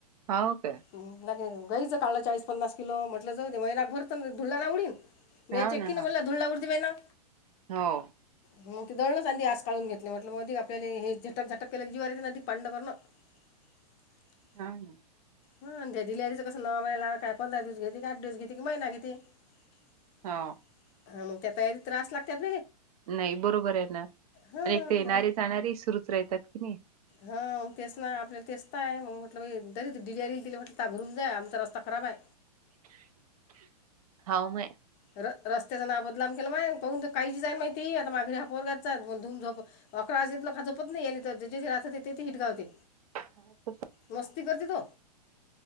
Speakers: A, on the right; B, on the left.
A: हा काय?
B: गे गचं काढलं ळीस पन्नास किलो म्हटलं जाऊ दे महिला भरत धुळलाना उडीन. मीया
A: हाव
B: चचेकीकन
A: ना हा
B: बला डूल ला उडद दिे ना,
A: हो.
B: मग ते दळणच अधी आज काढून घेतले म्हटलं मग अधिक आपल्या हे झटक झटक केले जिवारी अदीक पांड कर ना. <unintelligible>
A: हा हा,
B: ह द्या दि लच कसंला काय पंधरा दिवस घेते की आठ दिवस घेते कि महिना घेतती. <unintelligible>
A: हा.
B: हा मग त्या तयारी त्रास लागत आप
A: नाही बरोबर आहे ना
B: हां
A: आणि ते येणारे जाणारे सुरूच राहतात कि नाही.
B: हा मग तेच ना आपल्याला तेच आहे मग म्हटलं तरी डिलर येईलि म्हटलं त घरून जाय आमचा रस्ता. खराब आहे.
A: हाऊ म.
B: र रस्त्याचा नाव बदलाम केलं मा पाहून काही जाईल माहिती आता माघरी हा पोरगातचा धूम झोप. अकरा वाजेलं खाजंपत नाही या तर जे राहत होते ते ते हिट गावते
A: हा तस.
B: मस्ती करते तो